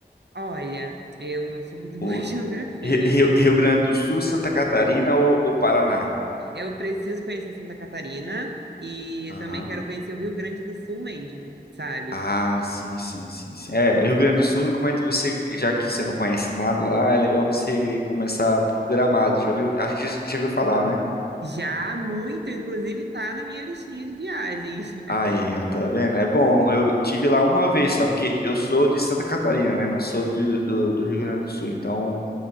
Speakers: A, on the right (about 80°); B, on the left (about 65°).
A: olha, eu não sou muito
B: O
A: <laughs> boa em geografia.
B: Ri- Rio, Rio Grande do Sul, Santa Catarina ou, ou Paraná?
A: Eu preciso conhecer Santa Catarina e
B: Aham.
A: também quero conhecer o Rio Grande do Sul mesmo, sabe?
B: Ah, sim, sim, sim, sim. É, Rio Grande do Sul, recomendo você, já que você não conhece nada lá, é legal você começar por Gramado, já viu? Acho que já viu falar, né?
A: Já muito, inclusive, tá na minha listinha de viagens. <laughs>
B: Aí, ó, tá vendo? É bom. Eu tive lá uma vez só, porque eu sou de Santa Catarina, né? Não sou de- do, do Rio Grande do Sul. Então,